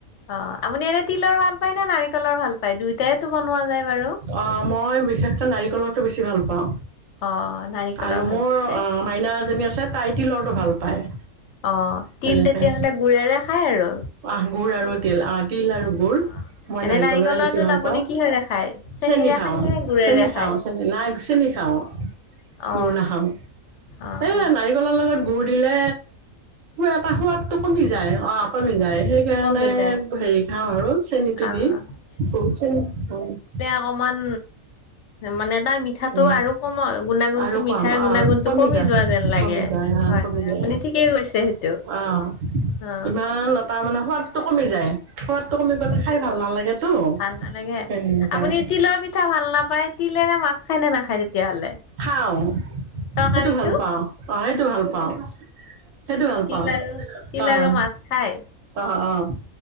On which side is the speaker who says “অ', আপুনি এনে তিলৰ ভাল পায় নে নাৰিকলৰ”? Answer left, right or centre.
Left